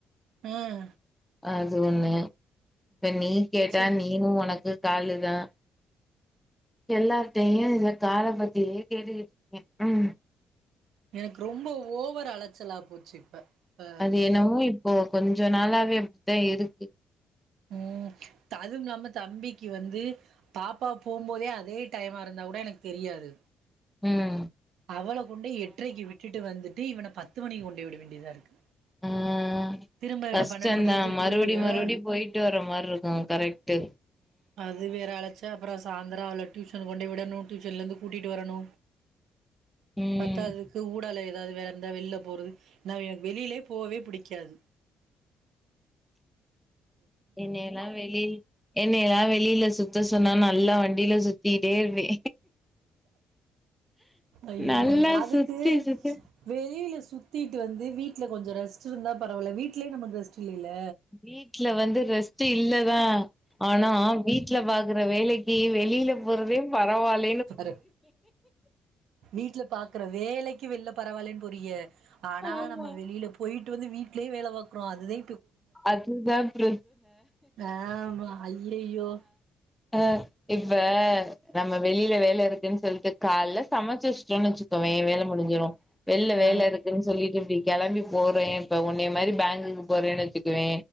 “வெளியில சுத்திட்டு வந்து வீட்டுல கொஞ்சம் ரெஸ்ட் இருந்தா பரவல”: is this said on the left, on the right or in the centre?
Right